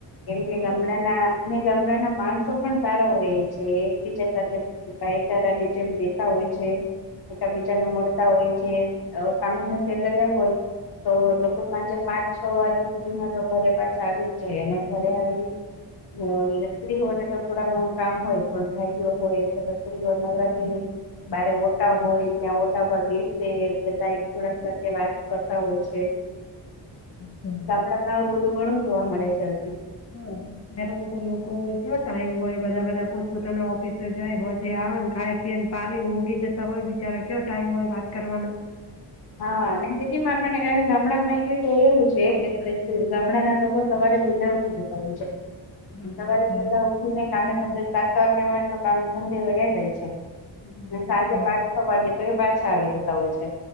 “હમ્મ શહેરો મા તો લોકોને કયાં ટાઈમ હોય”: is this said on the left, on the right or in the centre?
Left